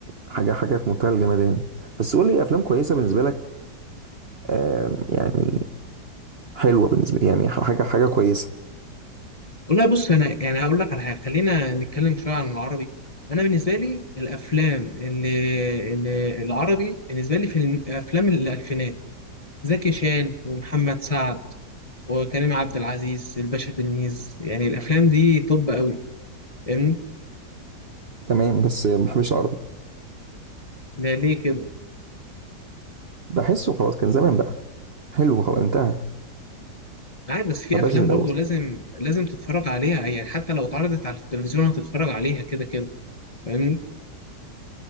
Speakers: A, on the right; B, on the left.
A: حاجه حاجه في منتهى الجمدان بس قول لي افلام كويسه بالنسبه لك آم، يعني حلوه بالنسبه يعني حاجه حاجه كويسه
B: والله بص انا يعني هقول لك على حاجه خلينا نتكلم شويه عن العربي انا بالنسبه لي الافلام اللي, اللي العربي بالنسبه لي في الم- افلام الالفينات زكي شان ومحمد سعد وكريم عبد العزيز الباشا تلميذ يعني الافلام دي طب قوي فاهمني
A: تمام بس ما بحبش العربي
B: لا ليه كده
A: بحسه خلاص كان زمان بقى حلو خلاص انتهى
B: عادي بس في
A: ما بقاش
B: افلام
A: زي الاول
B: برضو لازم لازم تتفرج عليها يعني حتى لو اتعرضت على التلفزيون هتتفرج عليها كده كده فاهمني